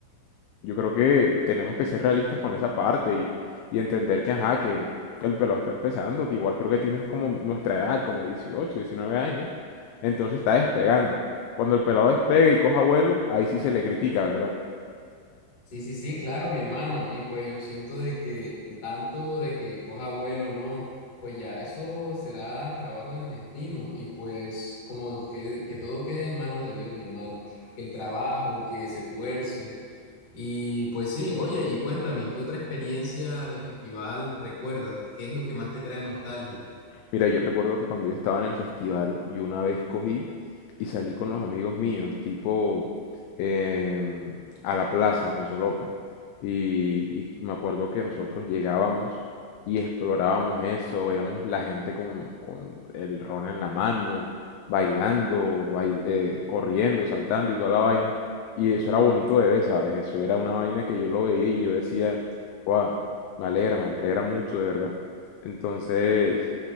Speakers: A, on the left; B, on the left.
A: Yo creo que tenemos que ser realistas con esa parte y, y entender que, ajá, que el pelo está empezando, que igual creo que tienes como mi- nuestra edad, como 18, 19 años, entonces está despegando. Cuando el pelado despegue y coja vuelo, ahí sí se le critica, ¿verdad?
B: Sí, sí, sí, claro, mi hermano. Y pues yo siento de que tanto de que coja vuelo o no, pues ya eso será trabajo del destino. Y pues como que, que todo quede en manos de Dios, mi hermano. Que el trabajo, que se esfuerce. Y pues sí, oye, y cuéntame, ¿qué otra experiencia de festival recuerdas? ¿Qué es lo que más te trae nostalgia?
A: Mira, yo recuerdo que cuando yo estaba en el festival, yo una vez cogí y salí con los amigos míos, tipo em, a la plaza, Alfonso López. Y, y me acuerdo que nosotros llegábamos y explorábamos eso, veíamos la gente con, con el ron en la mano, bailando, bail- eh, corriendo, saltando y toda la vaina. Y eso era bonito de ver, ¿sabes? Eso era una vaina que yo lo veía y yo decía, wow, me alegra, me alegra mucho, de verdad. Entonces...